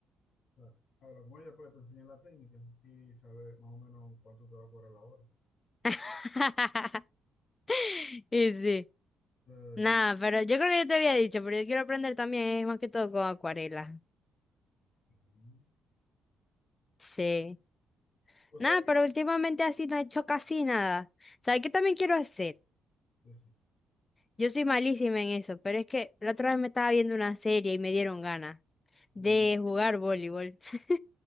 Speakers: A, on the left (about 80°); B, on the left (about 25°).
A: ah, habla con ella para que te enseñe la técnica y saber más o menos cuánto te va a cobrar la hora.
B: <laughs> Y sí.
A: Eh,
B: Nada, pero yo creo que yo te había dicho, pero yo quiero aprender también, es más que todo con acuarela.
A: Mm.
B: Sí.
A: ¿Vos
B: Nada,
A: sabés qué?
B: pero últimamente así no he hecho casi nada. ¿Sabes qué también quiero hacer?
A: Decime.
B: Yo soy malísima en eso, pero es que la otra vez me estaba viendo una serie y me dieron ganas
A: ¿De
B: de
A: qué?
B: jugar voleibol. <laughs>